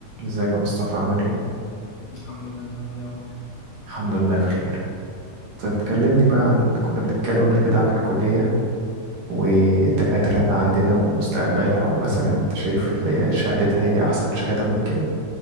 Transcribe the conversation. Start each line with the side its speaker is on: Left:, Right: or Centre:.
Right: ازيك يا مصطفى عامل ايه؟
Left: الحمد لله انت عامل ايه يا عمر
Right: الحمد لله بخير طب كلمني بقى عن كنا بنتكلم قبل كده عن الكلية والدكاترة اللي عندنا ومستقبلها ومثلا انت شايف اللي هي شهادتها هي أحسن شهادة ممكن